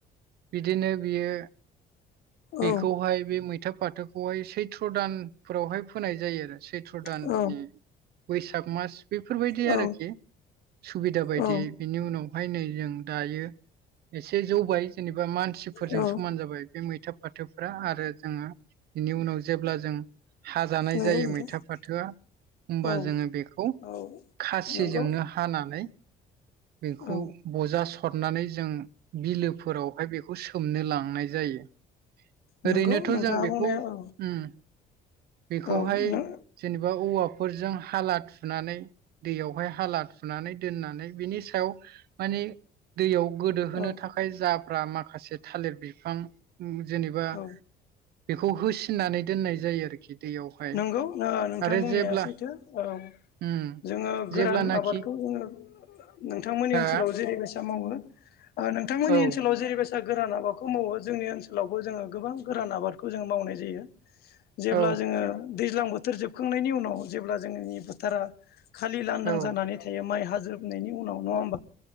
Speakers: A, on the right; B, on the left.
A: बिदिनो बियो बेखौहाय
B: औ
A: बे मैथा फाथोखौहाय सैथ्र' दान फोरावहाय फोनाय जायो आरो सैथ्र' दाननि
B: औ
A: बैसाग मास बेफोरबायदि
B: औ
A: आरोखि सुबिदा बायदि
B: औ
A: बिनि उनावहाय नै जों दायो एसे जौबाय जेनेबा मानसिफोरजों
B: औ
A: समान जाबाय बे मैथा फाथोफ्रा आरो जोङो बिनि उनाव जेब्ला जों हाजानाय
B: नंगौ
A: जायो
B: नोंथां
A: मैथा फाथोआ होमबा
B: औ
A: जोङो बेखौ
B: औ
A: सिजोंनो
B: नंगौ
A: हानानै बेखौ
B: औ
A: बजा सरनानै जों बिलोफोरावहाय बेखौ सोमनो लांनाय जायो। ओरैनोथ'
B: नंगौ नोंथाङा
A: जों बेखौ
B: बुंनाया औ
A: उम बेखौहाय
B: औ नों
A: जेनेबा औवाफोरजों हाला थुनानै दैयावहाय हाला थुनानै दोननानै बिनि सायाव मानि दैयाव गोदोहोनो
B: औ
A: थाखाय आय जाफ्रा माखासे थालिर बिफां जेनेबा
B: औ
A: बेखौ होसिननानै दोननाय जायो आरोखि दैयावहाय
B: नंगौ ओ नोंथां
A: आरो
B: बुंनाया
A: जेब्ला
B: सैथो औ
A: उम
B: जों जोङो
A: जेब्लानाखि
B: गोरान आबादखौ जोङो नोंथांमोननि
A: हा
B: ओनसोलाव जेरै बेसा मावो नोंथांनिओनसोलाव
A: औ
B: जेरै बैसा जा गोरान आबादखौ मावो जोंनि ओनसोलावबो जोङो गोबां गोरान आबादखौ जों मावनाय जायो। जेब्ला
A: औ
B: जोङो दैज्लां बोथोर जोबखांनायनि उनाव जेब्ला जोंनि बोथोरा खालि लांदां
A: औ
B: जानानै थायो माइ हाजोबनायनि उनाव नङा होमबा